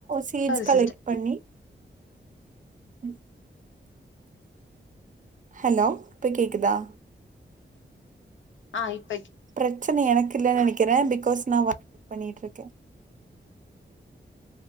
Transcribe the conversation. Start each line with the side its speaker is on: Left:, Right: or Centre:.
Right: சீட்ஸ்
Left: ஆகுது
Right: கலெக்ட்
Left: சிஸ்டர்
Right: பண்ணி ம் ஹலோ இப்ப கேக்குதா
Left: ஆ இப்
Right: பிரச்சன எனக்கு இல்லன்னு நெனைக்கறே பிகாஸ் நான் ஒர்க பண்ணிட்டு இருக்கே